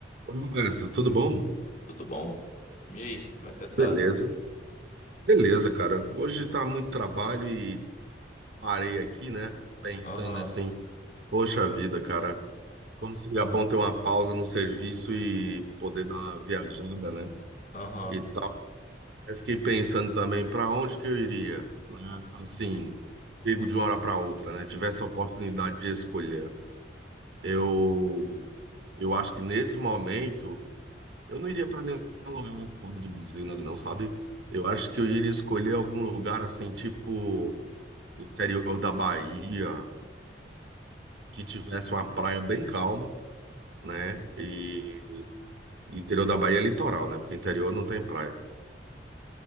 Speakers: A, on the right (about 70°); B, on the left (about 50°).
A: Oi, Roberto, tudo bom?
B: Tudo bom? E aí, como é que você tá?
A: Beleza, beleza, cara. Hoje tá muito trabalho e parei aqui, né? Pensando
B: Aham,
A: assim, poxa vida, cara, como seria bom ter uma pausa no serviço e poder dar uma viajada, né?
B: aham,
A: E tal. Aí fiquei pensando também para onde que eu iria, né? Assim, pego de uma hora para outra, né? Tivesse a oportunidade de escolher. Eu, eu acho que nesse momento. Eu não iria para nenhum lugar fora do Brasil, nada não, sabe? Eu acho que eu iria escolher algum lugar assim, tipo interior da Bahia, que tivesse uma praia bem calma, né? E e interior da Bahia é litoral, né? Porque interior não tem praia.